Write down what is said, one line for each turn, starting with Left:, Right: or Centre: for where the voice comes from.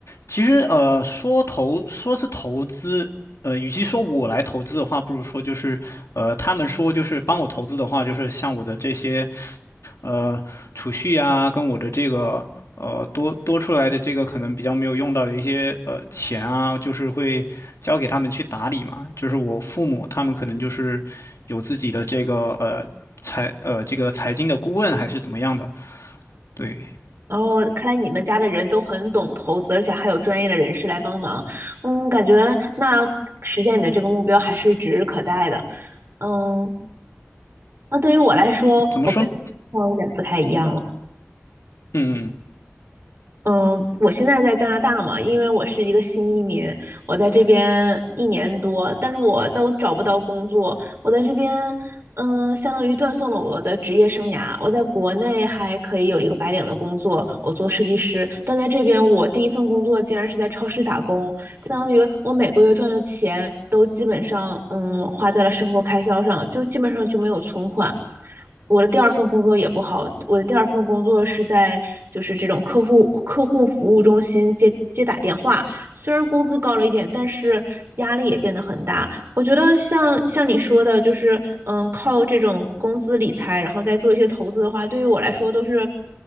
Left: 其实呃，说投说是投资，呃，与其说我来投资的话，不如说就是呃，他们说就是帮我投资的话，就是像我的这些。呃储蓄啊，跟我的这个呃多多出来的这个可能比较没有用到的一些呃钱啊，就是会交给他们去打理嘛。就是我父母他们可能就是有自己的这个呃财呃这个财经的顾问还是怎么样的，对，
Right: 然后看来你们家的人都很懂投资，而且还有专业的人士来帮忙。嗯，感觉那实现你的这个目标还是指日可待的。嗯，那对于我来说，
Left: 怎么说呢
Right: 我跟情况有点不太一样了。
Left: 嗯嗯。
Right: 嗯，我现在在加拿大嘛，因为我是一个新移民，我在这边一年多，但是我都找不到工作。我在这边，嗯，相当于断送了我的职业生涯。我在国内还可以有一个白领的工作，我做设计师，但在这边，我第一份工作竟然是在超市打工，相当于我每个月赚的钱都基本上，嗯，花在了生活开销上，就基本上就没有存款。我的第二份工作也不好，我的第二份工作是在就是这种客户客户服务中心接接打电话，虽然工资高了一点，但是压力也变得很大。我觉得像像你说的，就是嗯，靠这种工资理财，然后再做一些投资的话，对于我来说都是